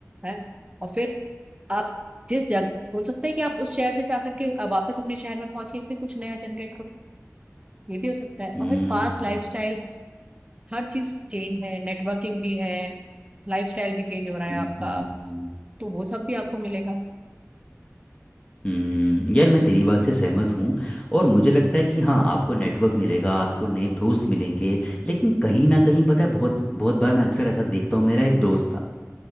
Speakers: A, on the right (about 20°); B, on the left (about 20°).
A: हैं? और फिर आप जिस जगह हो सकता है कि आप उस शहर से जाकर के वापस अपने शहर में पहुंच के फिर कुछ नया जनरेट करो ये भी हो सकता है
B: हम्म
A: और फिर फास्ट लाइफस्टाइल है हर चीज चेंज है नेटवर्किंग भी है लाइफस्टाइल भी चेंज हो रहा है
B: हम्म
A: आपका
B: हम्म, हम्म,
A: तो वो सब भी आपको मिलेगा
B: हम्म, यार मैं तेरी बात से सहमत हूँ और मुझे लगता है कि हाँ आपको नेटवर्क मिलेगा आपको नए दोस्त मिलेंगे लेकिन कहीं ना कहीं पता है बहुत बहुत बार मैं अक्सर ऐसा देखता हूँ मेरा एक दोस्त था